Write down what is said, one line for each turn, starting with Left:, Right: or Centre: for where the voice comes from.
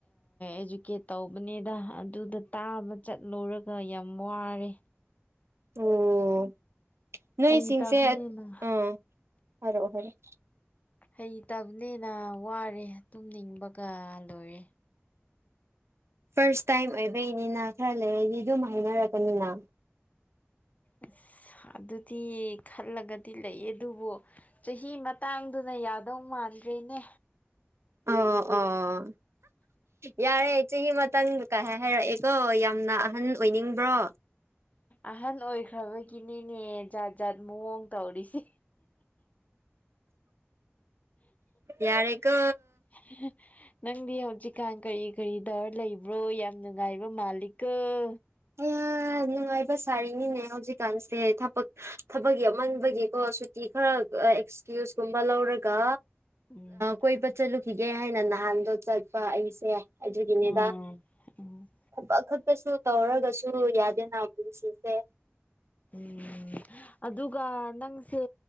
Left: ꯏꯖꯨꯀꯦꯠ ꯇꯧꯕꯅꯦꯗ ꯑꯗꯨꯗ ꯇꯥꯕ ꯆꯠꯂꯨꯔꯒ ꯌꯥꯝ ꯋꯥꯔꯦ꯫
Right: ꯑꯣ ꯅꯣꯏꯁꯤꯡꯁꯦ
Left: ꯍꯩꯇꯕꯅꯤꯅ
Right: ꯑꯥ ꯍꯥꯏꯔꯛꯑꯣ ꯍꯥꯏꯔꯛꯑꫭ꯫
Left: ꯍꯩꯇꯕꯅꯦꯅ ꯋꯥꯔꯦ ꯇꯨꯝꯅꯤꯡꯕꯒ ꯂꯣꯏꯔꯦ꯫
Right: ꯐꯥꯔꯁ ꯇꯥꯏꯝ ꯑꯣꯏꯕꯒꯤꯅꯤꯅ ꯈꯔ ꯂꯩꯔꯗꯤ ꯑꯗꯨꯝ ꯍꯥꯏꯅꯔꯛꯀꯅꯤꯅ꯫
Left: ꯑꯁ ꯑꯗꯨꯗꯤ ꯈꯜꯂꯒꯗꯤ ꯂꯩꯌꯦ ꯑꯗꯨꯕꯨ꯫ ꯆꯍꯤ ꯃꯇꯥꯡꯗꯨꯅ ꯌꯥꯗꯧ ꯃꯥꯟꯗ꯭ꯔꯦꯅꯦ꯫
Right: ꯑꯣ ꯑꯣ꯫ ꯌꯥꯔꯦ ꯆꯍꯤ ꯑꯃꯇꯪ ꯀꯥꯏ ꯍꯥꯏꯔꯛꯑꯦꯀꯣ ꯌꯥꯝꯅ ꯑꯍꯟ ꯑꯣꯏꯅꯤꯡꯕ꯭ꯔꯣ꯫
Left: ꯑꯍꯟ ꯑꯣꯏꯈ꯭ꯔꯕꯒꯤꯅꯤꯅꯦ ꯖꯥꯠ ꯖꯥꯠ ꯃꯑꯣꯡ ꯇꯧꯔꯤꯁꯦ꯫
Right: ꯌꯥꯔ‌ꯦꯀꯣ꯫
Left: <unintelligible> ꯅꯪꯗꯤ ꯍꯧꯖꯤꯛꯀꯥꯟ ꯀꯔꯤ ꯀꯔꯤ ꯇꯧꯔ ꯂꯩꯕ꯭ꯔꯣ ꯌꯥꯝ ꯅꯨꯡꯉꯥꯏꯕ ꯃꯥꯂꯤꯛꯀꫭ꯫
Right: ꯌꯥꯝ ꯅꯨꯡꯉꯥꯏꯕ ꯁꯥꯔꯤꯅꯤꯅꯦ ꯍꯧꯖꯤꯛꯀꯥꯟꯁꯦ ꯊꯕꯛ꯫ ꯊꯕꯛ ꯌꯥꯃꯟꯕꯒꯤꯀꯣ ꯁꯨꯇꯤ ꯈꯔ ꯑꯦꯛꯁꯀ꯭ꯌꯨꯁꯀꯨꯝꯕ ꯂꯧꯔꯒ꯫
Left: ꯎꯝ
Right: ꯀꯣꯏꯕ ꯆꯠꯂꯨꯈꯤꯒꯦ ꯍꯥꯏꯅ ꯅꯍꯥꯟꯗꯣ ꯆꯠꯄ ꯑꯩꯁꯦ꯫ ꯑꯗꯨꯒꯤꯅꯦꯕ
Left: ꯎꯝ ꯎꯝ
Right: ꯊꯕꯛ ꯈꯛꯇꯁꯨ꯫ ꯇꯧꯔꯒꯁꯨ ꯌꯥꯗꯦꯅ ꯄꯨꯁꯤꯁꯦ꯫
Left: ꯎꯝ ꯑꯗꯨꯒ ꯅꯪꯁꯦ